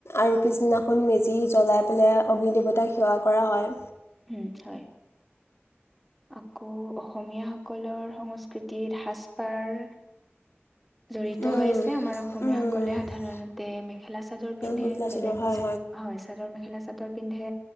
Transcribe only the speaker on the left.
আৰু পিছদিনাখন মেজি জ্বলাই পেলাই অগ্নি দেৱতাক সেৱা কৰা হয়
উম
উম
উম উম
মেখেলা চাদৰ
হয়